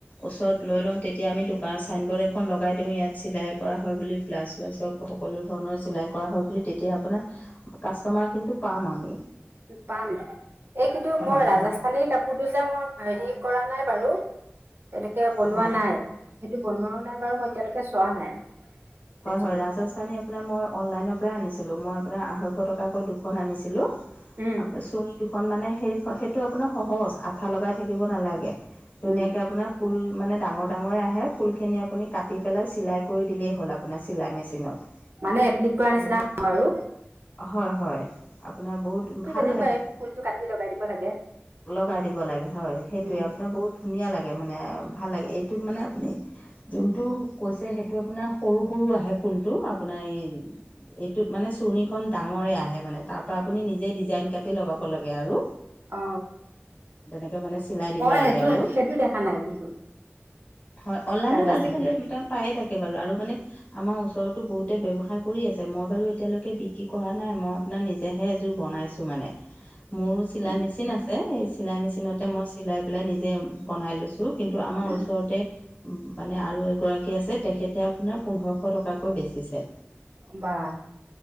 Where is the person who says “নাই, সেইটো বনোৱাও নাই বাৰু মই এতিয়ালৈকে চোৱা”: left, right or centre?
Right